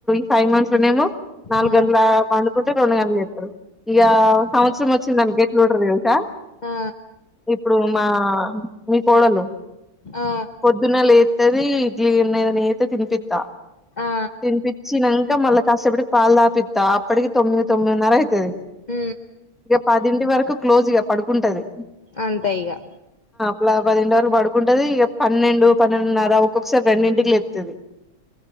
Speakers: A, in the centre; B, on the left.
A: స ఫైవ్ మంత్స్ లోనే ఏమో నాలుగు
B: ఆ
A: గంటల పండుకుంటే రెండు గంటలుకి లేతారు ఇక సంవత్సరం వచ్చింది అనుకో గే ఎట్లుంటారో తెలుస
B: ఆ
A: ఇప్పుడు మా మీ కోడలు
B: ఆ
A: పొద్దున లే ఇది ఇడ్లీ ఎన్నయిద న అయితే తిని పిత్త
B: ఆ
A: తినిపచ్చినానంక మళ్ళీ కష్టపడు పాల్ద పిత్త అప్పటికి తొమ్మిది తొమ్మిదిన్నర అయితది
B: హ
A: ఇక పదింటి వరకు క్లోజ్గా పడుకుంటది.
B: అంతెయిగా
A: ఇలా పదింటి వరకు పడుకుంటది. ఇక పన్నెండు పన్నెండున్నర ఒక్కొక్కసారి రెండింటికి లేతది.